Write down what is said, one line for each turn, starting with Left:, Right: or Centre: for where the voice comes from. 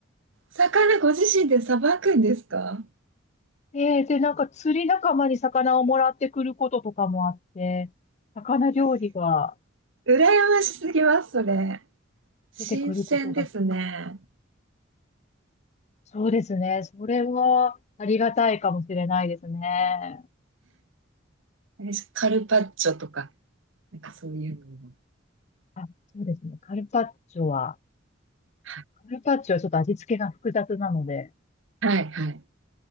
Right: 魚ご自身でさばくんですか
Left: えー、で、なんか釣り仲間に魚をもらってくることとかもあって、魚料理が
Right: 羨ましすぎます、それ。新鮮ですね。
Left: 出てくることが、そうですね。それはありがたいかもしれないですね。
Right: あれカルパッチョとか、なんかそういうのも。
Left: あ、そうですね。カルパッチョは、
Right: は
Left: カルパッチョはちょっと味付けが複雑なので、
Right: い、はい。